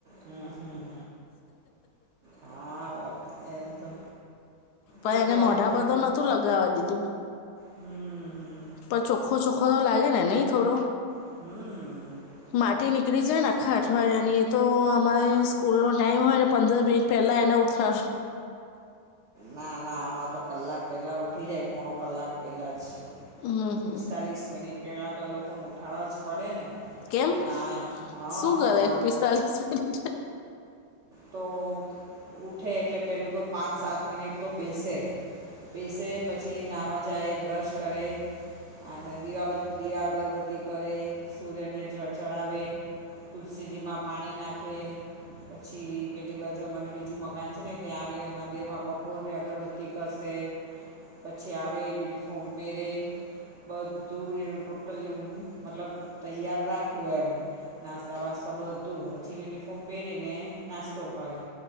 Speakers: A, on the right; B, on the left.
A: હમ, હમ, હા, એમ તો
B: પણ
A: છોકરાઓનું
B: એને મોઢા
A: થોડું
B: પરતો નતું લગાવા દીધું
A: હમ હમ
B: પણ ચોખ્ખો ચોખો લાગે ને નહીં થોડો.
A: હમ.
B: માટી નીકળી જાય ને આખા અઠવાડિયાની એ તો અમારે સ્કૂલનો ટાઈમ હોય ને પંદર બે પહેલા એના ઉથરો
A: ના ના આમાં તો કલાક પહેલા ઉઠી જાય પોણો કલાક પહેલા જ.
B: હમ હમ.
A: પિસ્તાલીસ મિનિટ પહેલાં તો એ લોકોને ઉઠાડવા જ પડે ને.
B: કેમ
A: ના હહ
B: શું કરે પિસ્તાલીસ મિનિટ
A: તો ઉઠે એટલે પેલું તો પાંચ સાત મિનિટ તો બેસે. બેસે પછી નાહવા જાય, બ્રશ કરે. અને દીવાબત દીવા અગરબત્તી કરે, સૂર્યને જડ ચડાવે. તુલસીજીમાં પાણી નાખે. પછી પેલી બાજુ અમારું બીજું મકાન છે ને ત્યાં આવી ને મંદિરમાં કપૂરને અગરબત્તી કરશે. પછી આવે યુનિ ફોર્મ પેરે. બધું એનું ટોટલી અમ મતલબ તૈયાર રાખું એમ. નાસ્તા વાસ્તા બધું પછી યુનિફોર્મ પેરીને નાસ્તો કરે.